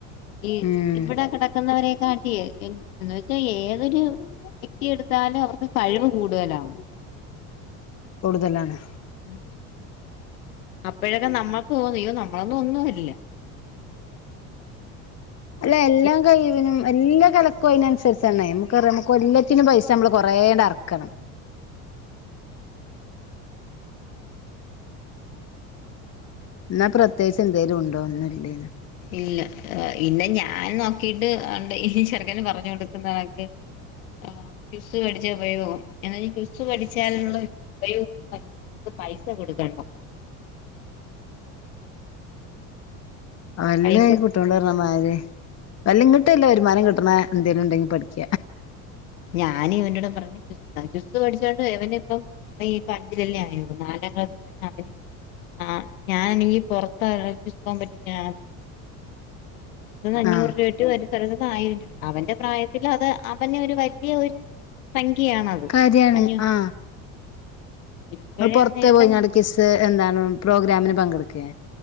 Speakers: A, on the left (about 85°); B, on the left (about 40°).
A: ഈ
B: ഉം
A: ഇവടെ കെടക്കുന്നവരെ കാട്ടിയേ എന്ന് വെച്ചാ ഏതൊരു വ്യക്തിയെടുത്താലും അവർക്ക് കഴിവ് കൂടുതലാവും
B: കൂടുതലാണ്
A: ഉം അപ്പോഴൊക്കെ നമ്മക്ക് തോന്നും യ്യോ നമ്മളൊന്നും ഒന്നുവല്ല
B: അല്ല എല്ലാം
A: ഈ
B: കഴിവിനും എല്ലാ കലക്കും അയിനനുസരിച്ചാണ് നമുക്കറിയാം നമുക്ക് കൊല്ല ത്തിന് പൈസമ്മള് കൊറേണ്ടെറക്കണം ഇന്നാ പ്രത്യേകിച്ചെന്തേലുണ്ടോ? ഒന്നുല്ലേനും
A: ഇല്ല പിന്നെ ഞാൻ നോക്കിയിട്ട് ഉണ്ട് ഈ ചെറുക്കന് പറഞ്ഞു കൊടുക്കുന്നണക്ക് ആ ക്സ്സ് പഠിച്ച ഉപയോഗം എന്നാ ക്വിസ് പഠിച്ചാലുള്ള <unintelligible> <unintelligible> പൈസ കൊടുക്കണ്ട.
B: അല്ല
A: പൈസ
B: അയി കു <unintelligible> മാരി വല്ലം ഇങ്ങട്ടല്ല വരുമാനം കിട്ട്ണ എന്തേലും ഇണ്ടെങ്കി പഠിക്ക.
A: ഞാന് ഇവനോട് പറഞ്ഞ് ക്വിസ് ക്വിസ് പഠിച്ചോണ്ട് ഇവന് ഇപ്പം <unintelligible> നാലാം ക്ലാസ്സിൽ തന്നെ അവന് ആ ഞാൻ ഈ പൊറത്തായ ഇഷ്ടം <unintelligible> ഇന്ന് അഞ്ഞൂറ്
B: ആഹ്
A: രൂപട്ട് ഒരു <unintelligible> ആയിരം രൂപ അവന്റെ പ്രായത്തിൽ അത് അവനെ ഒരു വരു വല്യ ഒരു സംഖ്യയാണത്.
B: കാര്യാണ്
A: അഞ്ഞൂ
B: ആ
A: ഇപ്പഴേ
B: ഇങ്ങൾ പൊറത്ത്
A: ആ നേട്ടം
B: പോയിങ്ങാണ്ട് ക്വിസ് ഹ് എന്താണ് പ്രോഗ്രാമിന് പങ്കെടുക്കേ?